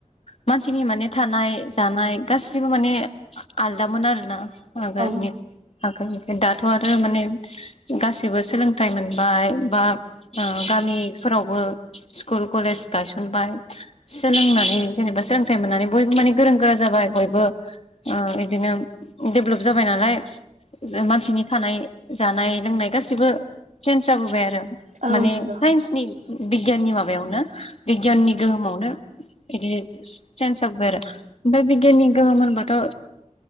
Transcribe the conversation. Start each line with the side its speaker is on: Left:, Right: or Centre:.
Left: मानसिनि माने थानाय जानाय गासिबो माने आलदामोन आरोना। आगोलनि
Right: औ
Left: आगोलनि दाथ' आरो माने गासिबो सोलोंथाइ मोनबाय। बा ओ गामिफोरावबो स्कुल कलेज गायसनबाय सोलोंनानै जेनेबा सोलोंथाइ मोननानै बयबो माने गोरों गोरा जाबाय बयबो ओ बिदिनो डेभलप जाबाय नालाय मानसिनि थानाय जानाय लोंनाय गासिबो चेन्ज जाबोबाय आरो।
Right: औ
Left: माने
Right: नंगौ
Left: साइन्सनि बिगियाननि माबायावनो बिगियाननि गोहोमावनो बिदि चेन्ज जाबाय आरो ओमफ्राय बिगियाननि गोहोम होनबाथ' ओ